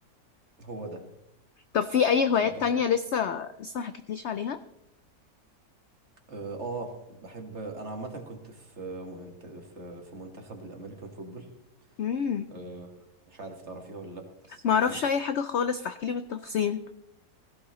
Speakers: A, on the right (about 45°); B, on the left (about 70°).
A: هو ده
B: طب في اي
A: اشجعك
B: هوايات تانية لسه لسه ما حكيتليش عليها
A: اه آه، بحب انا عامة كنت في في في منتخب الامريكان فوتبول
B: امم
A: أه مش عارف تعرفيها ولا لأ بس
B: ما
A: هحكي
B: اعرفش
A: لك
B: اي حاجة خالص فاحكيلي بالتفصيل